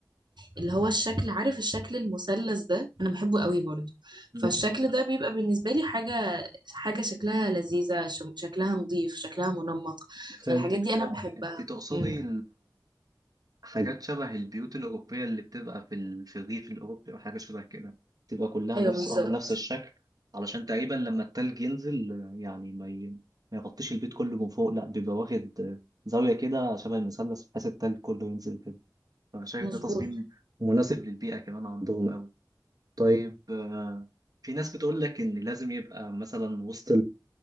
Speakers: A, on the right (about 75°); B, on the right (about 55°).
A: اللي هو الشكل عارف الشكل المثلث ده انا بحبه قوي برضو
B: م-
A: فالشكل
B: م.
A: ده بيبقى بالنسبه لي حاجه حاجه شكلها لذيذه شم- شكلها نظيف شكلها منمق
B: فهمتك
A: فالحاجات دي
B: فهمتك
A: انا بحبها
B: أنت تقصدي
A: امم
B: حاجات شبه البيوت الأوروبية اللي بتبقى في ال- في الريف الأوروبي أو حاجة شبه كده تبقى كلها
A: ايوه
B: نفس
A: بالظبط
B: واخدة نفس الشكل علشان تقريبا لما التلج ينزل آه، يعني ما ي... ما يغطيش البيت كله من فوق لا بيبقى واخد آه، زاوية كده شبه المثلث بحيث التلج كله ينزل كده فشايف
A: مظبوط
B: ده تصميم مناسب للبيئة كمان عندهم أوي طيب آه، في ناس بتقول لك إن لازم يبقى مثلا وسط